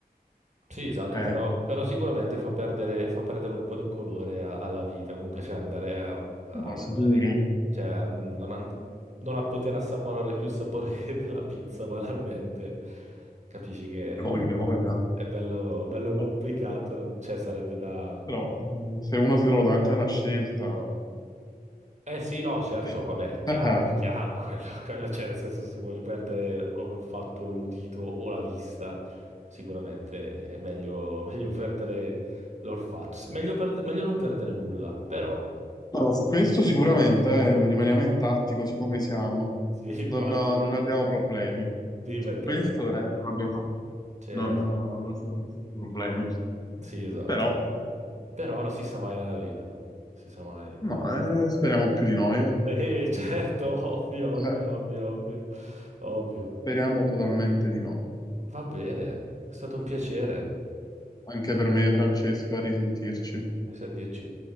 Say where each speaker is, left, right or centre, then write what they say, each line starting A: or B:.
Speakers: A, on the right; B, on the left.
A: Sì, esatto,
B: è,
A: però,
B: mh,
A: però sicuramente fa perdere, fa perdere un po' di colore a- alla vita, comunque cioè andare a, a
B: no,
A: mangiare,
B: sicuro, Hai
A: cioè non, an- non a poter assaporare più il sapore <laughs> della pizza banalmente, capisci che
B: voglia, hai voglia.
A: è bello, bello complicato,
B: No,
A: cioè sarebbe da,
B: però mh, se uno si trova davanti a una scelta,
A: Eh sì, no, certo,
B: <laughs>
A: vabbè, è chiaro, è chiaro, <laughs> quello, quello c'è, nel senso se voglio perdere o il fatto l'udito o la vista, sicuramente è meglio, <laughs> meglio perdere l'olfatto, S- meglio, perde- meglio non perdere nulla, però
B: No, no, su questo sicuramente eh, rimaniamo intatti così come siamo,
A: sì, <laughs> infatti,
B: non, non abbiamo problemi.
A: sì,
B: Su
A: perché
B: questo
A: se no-
B: veramente non abbiamo,
A: cioè,
B: non, non ci sono nessun problemi.
A: sì, esatto,
B: Però,
A: però non si sa mai nella vita, si sa mai.
B: no, eh, speriamo più di noi, eh.
A: Sì, certo, <laughs> ovvio,
B: Eh,
A: ovvio, ovvio, ovvio, ovvio.
B: Speriamo totalmente di no.
A: Va bene, è stato un piacere,
B: Anche per me, Francesco, a risentirci.
A: mi sa di dirci.